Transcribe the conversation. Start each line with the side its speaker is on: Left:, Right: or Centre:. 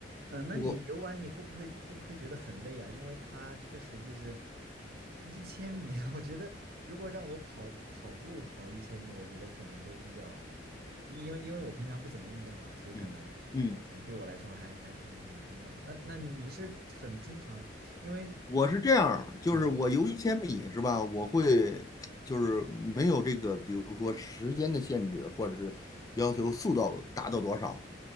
Right: 嗯、那你游玩你会不会会不会觉得很累啊？
Left: 我
Right: 因为它确实就是一千米，<laughs> 我觉得如果让我跑跑步跑一千米，我觉得可能都比较，因因为因为我平常不怎么运动啦，所以可能，
Left: 嗯嗯。
Right: 嗯、对我来说还还挺难的。那那你是很经常，因为就是新嗯
Left: 我是这样儿就是我游一千米是吧？我会就是没有这个，比如说时间的限制，或者是要求速度达到多少，